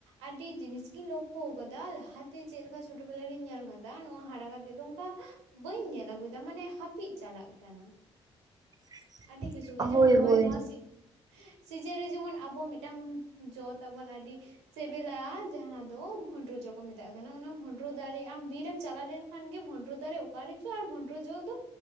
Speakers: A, on the right; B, on the right.
A: ᱟᱹᱰᱤ ᱡᱤᱱᱤᱥ ᱜᱤᱧ ᱞᱳ ᱠᱚ ᱠᱟᱫᱟ ᱞᱟᱦᱟᱛᱮ ᱪᱮᱜᱞᱮᱠᱟ ᱪᱷᱳᱴᱳ ᱵᱮᱞᱟ ᱨᱤᱧ ᱧᱮᱞ ᱠᱟᱫᱟ ᱱᱚᱣᱟ ᱦᱟᱨᱟ ᱠᱟᱛᱮᱜ ᱫᱚ ᱚᱝᱠᱟ ᱵᱟᱹᱧ ᱧᱮᱞ ᱟᱹᱜᱩᱭᱫᱟ ᱢᱟᱱᱮ ᱦᱟᱹᱯᱤᱜ ᱪᱟᱞᱟᱜ ᱠᱟᱱᱟ᱾
B: <inaudible>
A: ᱟᱹᱰᱤ ᱠᱤᱪᱷᱩ ᱜᱮ ᱡᱮᱢᱚᱱ
B: ᱦᱳᱭ
A: ᱱᱚᱜᱼᱚᱭ
B: ᱦᱳᱭ
A: ᱱᱚᱣᱟ ᱥᱤᱡᱮᱱ ᱥᱤᱡᱮᱱ ᱨᱮ ᱡᱮᱢᱚᱱ ᱟᱵᱚ ᱢᱤᱜᱴᱟᱝ ᱡᱚ ᱛᱟᱵᱚᱱ ᱟᱹᱰᱤ ᱥᱮᱵᱮᱞᱟ ᱡᱟᱦᱟᱸ ᱫᱚ ᱵᱷᱚᱸᱰᱨᱚ ᱡᱚ ᱠᱚ ᱢᱮᱛᱟᱜ ᱠᱟᱱᱟ ᱚᱱᱟ ᱵᱷᱚᱸᱰᱨᱚ ᱫᱟᱨᱮ ᱟᱢ ᱵᱤᱨᱮᱢ ᱪᱟᱞᱟᱣ ᱞᱮᱱ ᱠᱷᱟᱱ ᱜᱮ ᱵᱷᱚᱸᱰᱨᱚ ᱫᱟᱨᱮ ᱚᱠᱟ ᱨᱮ ᱪᱚ ᱟᱨ ᱵᱷᱚᱸᱰᱨᱚ ᱡᱚ ᱫᱚ